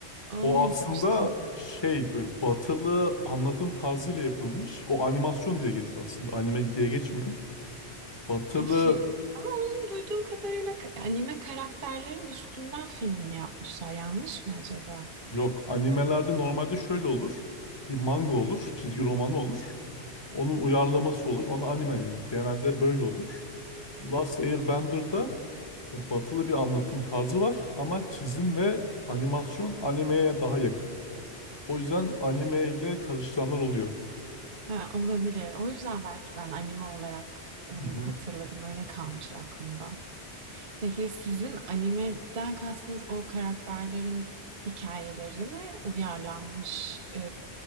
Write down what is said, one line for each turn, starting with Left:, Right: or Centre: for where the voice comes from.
Right: Onu
Left: O
Right: izlemiştim.
Left: aslında şey böyle batılı anlatım tarzıyla yapılmış. O animasyon diye geçiyor aslında. Anime diye geçmiyor. Batılı
Right: Ha, film. Ama onun duyduğum kadarıyla ka- anime karakterlerin üstünden filmini yapmışlar. Yanlış mı acaba?
Left: yok. Animelerde normalde şöyle olur. Bir manga olur. Çizgi romanı olur. Onun uyarlaması olur. Ona anime denir. Genelde böyle olur. Last Airbender'da batılı bir anlatım tarzı var. Ama çizim ve animasyon animeye daha yakın. O yüzden anime ile karıştıranlar oluyor.
Right: Ha, olabilir. O yüzden belki ben anime olarak hani,
Left: Hı hı.
Right: hatırladım. Öyle kalmış aklımda. Peki sizin animeden kastınız o karakterlerin hikayeleri Uyarlanmış e,